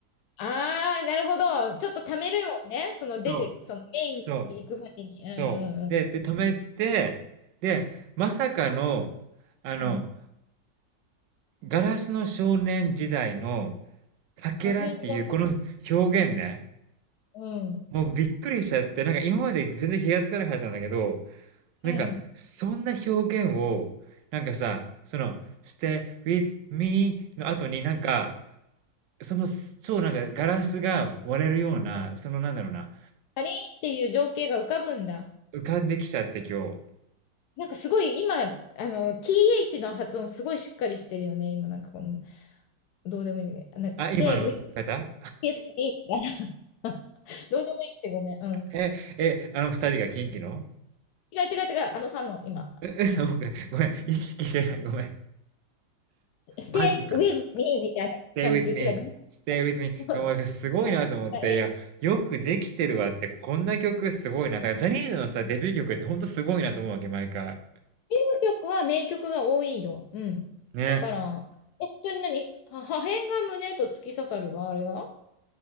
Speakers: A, on the left; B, on the right.
A: ああなるほど。ちょっとためるもんね。その出て、
B: そう、
A: そのメインに行くまでに。
B: そう、
A: うんうんうん。
B: そう。で、で、止めて、で、まさかの、あの、
A: うん。
B: ガラスの少年時代のかけらっていうこの表現ね、
A: 破片が、うん。
B: もうびっくりしちゃって、なんか今まで全然気がつかなかったんだけど、なんか、
A: うん。
B: そんな表現を、なんかさ、その、stay with me の後になんか、その、超なんかガラスが割れるような、そのなんだろうな、
A: かりんっていう情景が浮かぶんだ。
B: 浮かんできちゃって今日。
A: なんかすごい今、あの、TH の発音すごいしっかりしてるよね。今なんかこの、どうでもいいんだけど、あの、
B: あ、
A: stay
B: 今の方
A: with m e s みたいな。<laughs> どうでもいいくてごめん。うん。
B: え、え、あの二人がキンキの
A: 違う違う違う。あのさんの今、
B: <laughs> う、嘘、
A: うん。
B: 僕、ごめん、意識してない、ごめん。
A: stay
B: マジか。
A: with me みたいな感じで言ってたから。
B: stay with me, stay with me.
A: <laughs>
B: いや、
A: そう
B: もうなんかすごいなと思って、
A: はいえ
B: いや、よくできてるわって、こんな曲すごいな。だからジャニーズのさ、デビュー曲ってほんとすごいなと思うわけ、毎回。
A: 英語曲は名曲が多いよ。うん。
B: ね。
A: だから、え、それ何は破片が胸と突き刺さるが、あれが